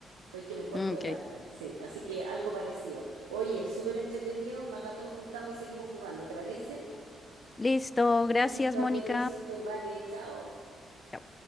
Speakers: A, on the right; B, on the left.
A: Estoy que me corto
B: Ok.
A: el hambre. Sí. Así que algo parecido. Oye, súper entretenido. Más rato nos juntamos y seguimos jugando. ¿Te parece?
B: Listo, gracias,
A: Listo,
B: Mónica.
A: que estés súper. Vale, chao.
B: Chao.